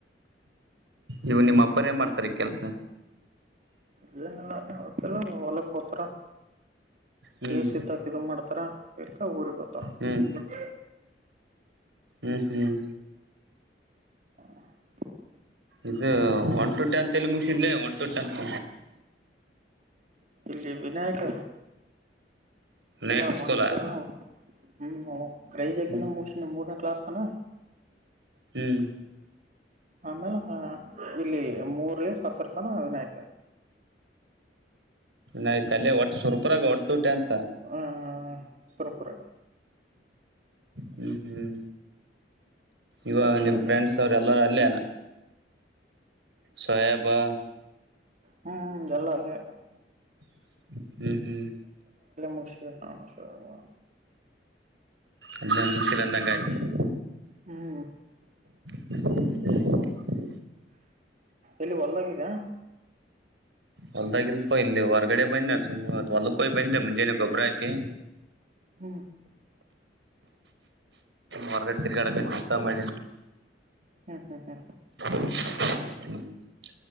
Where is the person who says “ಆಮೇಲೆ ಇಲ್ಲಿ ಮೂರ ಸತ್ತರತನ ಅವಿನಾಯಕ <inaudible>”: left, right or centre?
Right